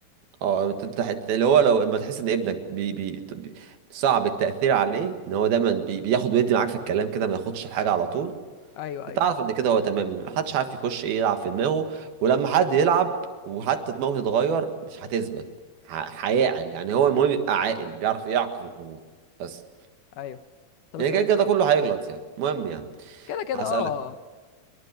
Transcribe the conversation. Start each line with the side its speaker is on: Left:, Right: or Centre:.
Right: اه انت أنت حت- اللي هو لو لما تحس ان ابنك بي بي بي- صعب التأثير عليه ان هو دايما بي بياخد ويدي معاك في الكلام كده ما ياخدش الحاجة على طول
Left: ايوه ايوه
Right: انت عارف ان كده هو تمام محدش عارف يخش ايه يلعب في دماغه ولما حد يلعب وحتى دماغه تتغير مش هتثبت ح- هيعقل يعني هو المهم يبقى عاقل بيعرف يعقل الامور بس
Left: ايوه طب
Right: يعني
Left: اسال
Right: كده
Left: انت
Right: كده
Left: يلا
Right: كله هيغلط يعني المهم يعني
Left: كده كده
Right: هسألك
Left: اه